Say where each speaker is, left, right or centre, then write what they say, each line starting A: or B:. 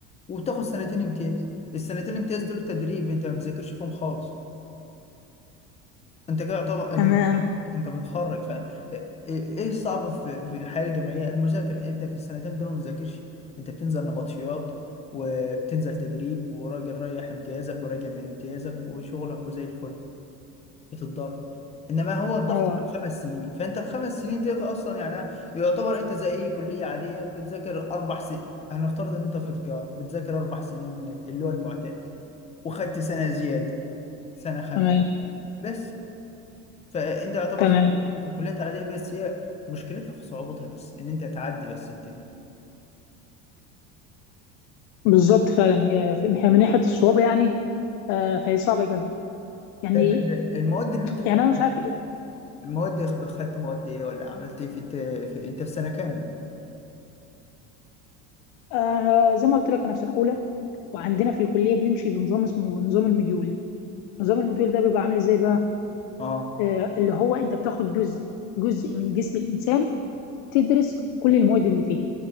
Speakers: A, on the left; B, on the left.
A: وبتاخد سنتين امتياز السنتين الامتياز دول تدريب انت ما بتذاكرش فيهم خالص انت كده طبعا انت
B: تمام
A: متخرج انت متخرج ف ايه إيه الصعب في في الحياه الجامعيه المذاكره يعني انت في السنتين دول ما بتذاكرش انت بتنزل نبطشيات وبتنزل تدريب وراجل رايح امتيازك وراجع من امتيازك وشغلك وزي الفل بتتضرب انما هو الضغط
B: اه
A: في الخمس سنين فانت الخمس سنين ديت اصلا يعني يعتبر انت زي اي كليه عاديه بتذاكر اربع سنين هنفترض ان انت في تجاره بتذاكر اربع سنين اللي هو المعتاد وخدت سنه زياده سنه خامسه
B: تمام
A: بس فانت يعتبر
B: تمام
A: الكليات العاديه بس هي مشكلتها في صعوبتها بس ان انت تعدي بس الدنيا
B: بالظبط فعلا هي هي من ناحيه الصعوبه يعني آه فهي صعبه جدا يعني
A: طب المواد اللي انت خدتها
B: يعني انا مش عارف إيه.
A: المواد خ- خدت مواد ايه ولا عملت ايه في, الت... في انت في سنه كام
B: انا زي ما قلت لك انا في سنه اولى وعندنا في الكليه بنمشي بنظام اسمه نظام المديول نظام المديول ده بيبقى عامل ازاي بقى
A: اه
B: آه اللي هو انت بتاخد جزء جزء من جسم الانسان تدرس كل المواد اللي فيه